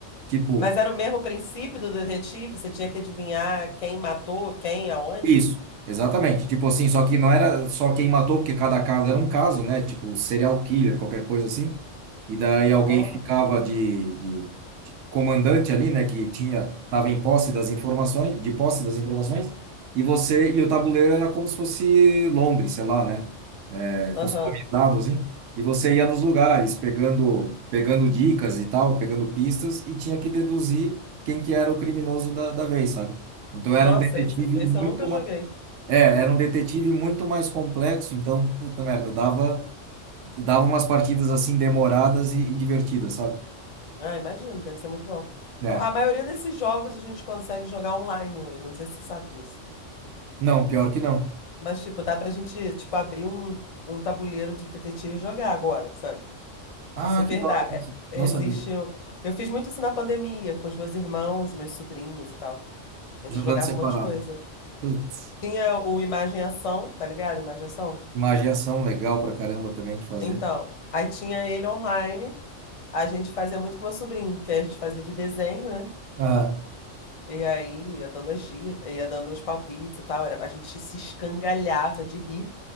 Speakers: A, on the right; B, on the left.
A: Tipo,
B: Mas era o mesmo princípio do detetive, você tinha que adivinhar quem matou, quem, aonde.
A: isso, exatamente. Tipo assim, só que não era só quem matou, porque cada caso era um caso, né? Tipo, serial killer, qualquer coisa assim. E daí alguém
B: Nossa.
A: ficava de, de comandante ali, né? Que tinha, tava em posse das informações, de posse das informações, e você, e o tabuleiro era como se fosse Londres, sei lá, né? é, customizado,
B: Aham.
A: assim, e você ia nos lugares pegando, pegando dicas e tal, pegando pistas, e tinha que deduzir quem que era o criminoso da, da vez, sabe? Então era
B: Nossa,
A: um detetive
B: esse, esse
A: muito
B: eu nunca
A: mais,
B: joguei.
A: é, era um detetive muito mais complexo, então, puta merda, dava, dava umas partidas assim demoradas e, e divertidas, sabe?
B: Ah, imagino, deve ser muito bom.
A: É.
B: Eu- a maioria desses jogos a gente consegue jogar online hoje, não sei se você sabe disso.
A: Não, pior que não.
B: Mas, tipo, dá pra gente, tipo, abrir um, um tabuleiro de detetive e jogar agora, sabe?
A: Ah,
B: Super
A: que da
B: dá.
A: hora,
B: É, existe.
A: não sabia.
B: um- Eu fiz muito isso na pandemia, com os meus irmãos, meus sobrinhos e tal. A gente
A: Jogando
B: jogava
A: separado.
B: um monte de coisa.
A: Putz,
B: Tinha o Imagem e Ação, tá ligado? Imagem e Ação.
A: magia ação legal pra caramba também de fazer.
B: Então, aí tinha ele online. A gente fazia muito com meu sobrinho, que aí a gente fazia de desenho, né?
A: Ah,
B: E aí ia dando as dicas, ia dando os palpites e tal. Era, a gente se escangalhava de rir.